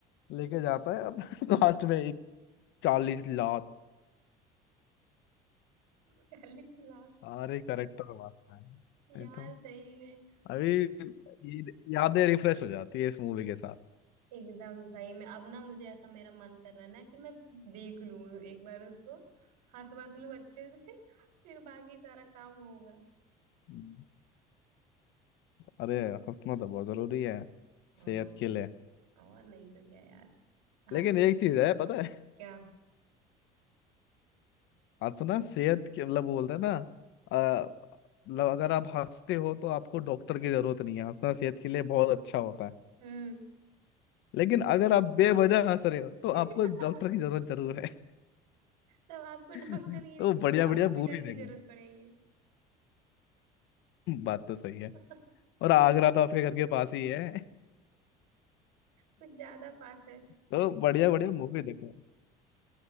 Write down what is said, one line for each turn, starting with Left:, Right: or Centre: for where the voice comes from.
Left: लेके जाता है अब <laughs> लास्ट में एक चालीस लाख
Right: चालीस लाख
Left: सारे करेक्टर वास्ता है नहीं
Right: यार
Left: तो
Right: सही में
Left: अभी ये यादें रिफ्रेश हो जाती है इस मूवी के साथ
Right: एकदम सही में अब ना मुझे ऐसा मेरा मन कर रहा है ना कि मैं देख लूं एक बार उसको हंस बस लूं अच्छे से फिर बाकी सारा काम होगा
Left: हम्म। अरे हंसना तो बहुत जरूरी है
Right: हाँ
Left: सेहत के लिए
Right: और नहीं तो क्या यार हंसने
Left: लेकिन एक चीज है पता है
Right: क्या
Left: हंसना सेहत के मतलब वो बोलते हैं ना अ, मतलब अगर आप हंसते हो तो आपको डॉक्टर की जरूरत नहीं है हंसना सेहत के लिए बहुत अच्छा होता है
Right: हम्म
Left: लेकिन अगर आप बेवजह हंस रहे हो
Right: <laughs>
Left: तो आपको डॉक्टर की जरूरत जरूर है
Right: तब आपको
Left: <laughs>
Right: डॉक्टर की नहीं
Left: तो बढ़िया
Right: सीधे हॉस्पिटल
Left: बढ़िया मूवी
Right: की
Left: देखो
Right: जरूरत पड़ेगी
Left: हम्म, बात तो सही
Right: <laughs>
Left: है और आगरा तो आपके घर के पास ही है
Right: कुछ ज्यादा फास्ट है
Left: तो बढ़िया बढ़िया मूवी देखो